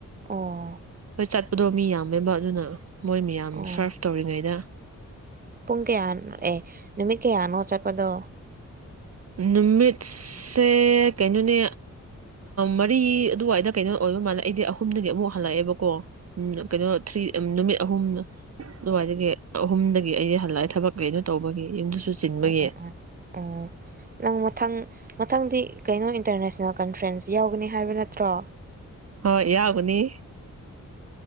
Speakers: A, on the right; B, on the right.
A: ꯑꯣ
B: ꯍꯣꯏ ꯆꯠꯄꯗꯣ ꯃꯤ ꯌꯥꯝꯃꯦꯕ ꯑꯗꯨꯅ ꯃꯣꯏ
A: ꯑꯣ
B: ꯁꯔꯐ ꯇꯧꯔꯤꯉꯩꯗ
A: ꯄꯨꯡ ꯀꯌꯥ ꯑꯦ ꯅꯨꯃꯤꯠ ꯀꯌꯥꯅꯣ ꯆꯠꯄꯗꯣ
B: ꯅꯨꯃꯤꯠꯁꯦ ꯀꯩꯅꯣꯅꯦ ꯃꯔꯤ ꯑꯗꯨꯋꯥꯏꯗ ꯀꯩꯅꯣ ꯑꯣꯏꯕ ꯃꯥꯜꯂꯦ ꯑꯩꯗꯤ ꯑꯍꯨꯝꯗꯒꯤ ꯑꯃꯨꯛ ꯍꯜꯂꯛꯑꯦꯕꯀꯣ ꯎꯝ ꯀꯩꯅꯣ ꯊ꯭ꯔꯤ ꯅꯨꯃꯤꯠ ꯑꯍꯨꯝ ꯑꯗꯨꯋꯥꯏꯗꯒꯤ ꯑꯍꯨꯝꯗꯒꯤ ꯑꯩꯗꯤ ꯍꯜꯂꯛꯑꯦ ꯊꯕꯛ ꯀꯩꯅꯣ ꯇꯧꯕꯒꯤ ꯌꯨꯝꯗꯁꯨ ꯁꯨ ꯆꯤꯟꯕꯒꯤ
A: ꯑꯥ ꯑꯥ ꯑꯣ ꯅꯪ ꯃꯊꯪ ꯃꯊꯪꯗꯤ ꯀꯩꯅꯣ ꯏꯟꯇꯔꯅꯦꯁꯅꯦꯜ ꯀꯟꯐ꯭ꯔꯦꯟꯁ ꯌꯥꯎꯒꯅꯤ ꯍꯥꯏꯕ ꯅꯠꯇ꯭ꯔꯣ
B: ꯍꯣꯏ ꯌꯥꯎꯒꯅꯤ